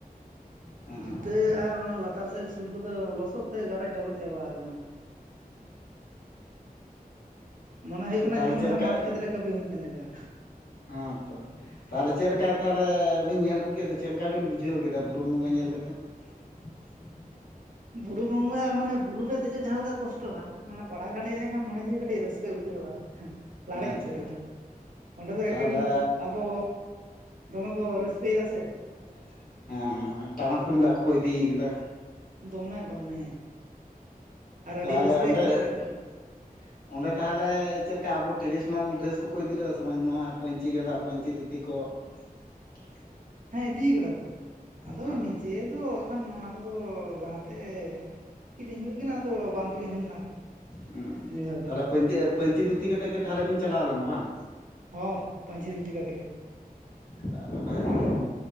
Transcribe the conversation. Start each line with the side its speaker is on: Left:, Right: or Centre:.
Left: ᱦᱮᱸ
Right: ᱡᱩᱛᱟᱹ ᱟᱨ ᱚᱱᱟ ᱞᱟᱛᱟᱨ ᱥᱮᱫ ᱥᱩᱴ ᱠᱚᱫᱚ ᱞᱚᱥᱚᱫ ᱛᱮ ᱜᱟᱨᱚᱡ ᱰᱟᱵᱚᱡ ᱪᱟᱵᱟ ᱟᱠᱟᱱᱟ ᱢᱚᱱᱮ ᱦᱩᱭᱩᱜ
Left: ᱛᱚ
Right: ᱠᱟᱱᱟ
Left: ᱛᱟᱦᱚᱞᱮ
Right: ᱡᱮᱢᱚᱱ
Left: ᱪᱮᱫ
Right: ᱦᱟᱱᱟ
Left: ᱞᱮᱠᱟ
Right: ᱢᱟᱴᱷ ᱠᱷᱮᱛᱨᱮ ᱠᱟᱹᱢᱤ ᱦᱩᱭᱩᱜ ᱠᱟᱱ ᱞᱮᱠᱟ
Left: ᱦᱮᱸ ᱛᱚ ᱛᱟᱦᱚᱞᱮ ᱪᱮᱫ ᱞᱮᱠᱟ ᱛᱟᱦᱚᱞᱮ ᱵᱤᱱ ᱧᱮᱞ ᱟᱹᱜᱩ ᱠᱮᱫ ᱫᱚ ᱪᱮᱫ ᱞᱮᱠᱟ ᱵᱤᱱ ᱵᱩᱡᱷᱟᱹᱣ ᱠᱮᱫᱟ ᱵᱩᱨᱩ ᱵᱚᱸᱜᱟ ᱧᱮᱞ ᱠᱟᱛᱮᱫ <unintelligible>
Right: ᱵᱩᱨᱩ ᱵᱚᱸᱜᱟ ᱢᱟᱱᱮ ᱵᱩᱨᱩ ᱨᱮ ᱫᱮᱡᱚᱜ ᱡᱟᱦᱟᱸ ᱞᱮᱠᱟ ᱠᱚᱥᱴᱚᱼᱟ ᱢᱟᱱᱮ ᱵᱟᱲᱟ ᱜᱷᱟᱴ ᱦᱮᱡ ᱞᱮᱱᱠᱷᱟᱱ ᱢᱚᱱᱮ ᱡᱤᱣᱤ ᱠᱟᱹᱴ ᱨᱟᱹᱥᱠᱟᱹ ᱩᱛᱟᱹᱨᱚᱜᱼᱟ ᱞᱟᱲᱮᱡ
Left: ᱟᱪᱪᱷᱟ
Right: ᱩᱛᱟᱹᱨᱚᱜᱼᱟ ᱚᱸᱰᱮ ᱫᱚ
Left: ᱛᱟᱦᱚᱞᱮ
Right: ᱮᱠᱮᱱ ᱟᱵᱚ ᱫᱚᱢᱮ ᱠᱚ ᱨᱟᱹᱥᱠᱟᱹᱭᱮᱫᱟ ᱥᱮ
Left: <inaudible> ᱦᱮᱸ ᱴᱟᱢᱟᱠ ᱛᱩᱢᱫᱟᱜ ᱠᱚᱠᱚ ᱤᱫᱤᱭ ᱠᱮᱫᱟ
Right: ᱫᱚᱢᱮ ᱫᱚᱢᱮ ᱟᱨ
Left: ᱛᱟᱦᱚᱞᱮ
Right: ᱟᱹᱰᱤ ᱨᱟᱹᱥᱠᱟᱹ
Left: ᱚᱸᱰᱮ
Right: ᱦᱤᱞᱟᱹᱜ ᱠᱟᱱᱟ
Left: <inaudible> ᱚᱸᱰᱮ ᱛᱟᱦᱚᱞᱮ ᱪᱮᱫ ᱞᱮᱠᱟ ᱟᱵᱚ ᱴᱨᱮᱰᱤᱥᱚᱱᱟᱞ ᱰᱨᱮᱥ ᱠᱚᱠᱚ ᱤᱫᱤ ᱞᱮᱫᱟ ᱥᱮ ᱵᱟᱝ ᱱᱚᱣᱟ ᱯᱟᱹᱧᱪᱤ ᱜᱮᱸᱫᱟᱜ ᱯᱟᱹᱧᱪᱤ ᱫᱷᱩᱛᱤ ᱠᱚ <inaudible>
Right: ᱦᱮᱸ ᱤᱫᱤᱭ ᱠᱟᱫᱟ ᱠᱚ ᱟᱫᱚ
Left: ᱦᱮᱸ
Right: ᱱᱤᱡᱮ ᱫᱚ ᱠᱷᱟᱱ ᱚᱱᱟ ᱠᱚᱫᱚ ᱞᱟᱦᱟᱛᱮ ᱠᱤᱨᱤᱧ ᱦᱩᱭ ᱠᱟᱱᱟ ᱟᱫᱚ ᱵᱟᱝ ᱠᱤᱨᱤᱧ ᱦᱩᱭ ᱞᱮᱱᱟ
Left: ᱦᱮᱸ
Right: ᱱᱤᱭᱟᱹ ᱫᱷᱟᱣ
Left: ᱛᱟᱦᱞᱮ
Right: ᱫᱚ
Left: ᱯᱟᱹᱧᱪᱤ ᱯᱟᱹᱧᱪᱤ ᱫᱷᱩᱛᱤ ᱠᱟᱛᱮᱫ ᱜᱮ ᱛᱟᱦᱚᱞᱮ ᱵᱤᱱ ᱪᱟᱞᱟᱣ ᱞᱮᱱᱟ ᱵᱟᱝ
Right: ᱦᱚᱸ ᱯᱟᱹᱧᱪᱤ ᱫᱷᱩᱛᱤ ᱠᱟᱛᱮ ᱜᱮ
Left: ᱛᱟᱦᱞᱮ ᱵᱷᱟᱜᱮ ᱜᱮ